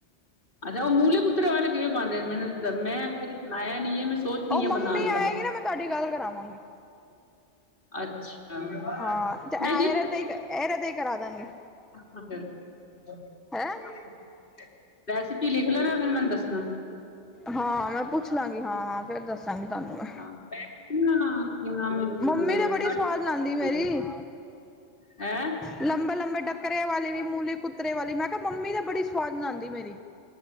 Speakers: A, on the left; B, in the centre.
A: ਅੱਛਾ ਉਹ ਮੂਲੇ ਕੁੱਤਰੇ ਵਾਲੇ ਕਿਵੇਂ ਪਾਉਂਦੇ ਨੇ ਮੈਨੂੰ ਮੈਂ ਕਦੀ ਬਣਾਇਆ ਨੀ ਹੈ ਮੈਂ ਸੋਚ ਰਹੀ
B: ਉਹ ਮੰਮੀ
A: ਹਾਂ ਬਣਾਉਣ ਦਾ
B: ਆਏਗੀ ਨਾ ਮੈਂ ਤੁਹਾਡੀ ਗੱਲ ਕਰਾਵਾਂਗੀ।
A: ਅੱਛਾ
B: ਹਾਂ ਤੇ
A: ਨਹੀਂ
B: ਇਹਦੇ ਤੇ ਹੀ ਇਹਦੇ ਤੇ ਹੀ ਕਰਾ ਦਾਂਗੇ
A: <unintelligible>
B: ਹੈਂ
A: <unintelligible> ਰੈਸੀਪੀ ਲਿਖ ਲੈਣਾ ਫੇਰ ਮੈਨੂੰ ਦੱਸਣਾ।
B: ਹਾਂ ਮੈਂ ਪੁੱਛ ਲਾਂਗੀ ਹਾਂ, ਹਾਂ ਫੇਰ ਦੱਸਾਂਗੀ ਤੁਹਾਨੂੰ ਮੈਂ।
A: ਹਾਂ ਪਹਿਲਾਂ ਕੀ ਨਾਮ
B: ਮੰਮੀ ਤੇ ਬੜੀ
A: ਕੱਟ
B: ਸਵਾਦ ਬਣਾਦੀ ਮੇਰੀ।
A: ਹੈਂ
B: ਲੰਬੇ-ਲੰਬੇ ਡੱਕਰੇ ਵਾਲੀ ਵੀ, ਮੂਲੀ ਕੁੱਤਰੇ ਵਾਲੀ ਮੈਂ ਕਿਹਾ ਮੰਮੀ ਤਾਂ ਬੜੀ ਸਵਾ ਸੁਆਦ ਬਣਾਦੀ ਮੇਰੀ।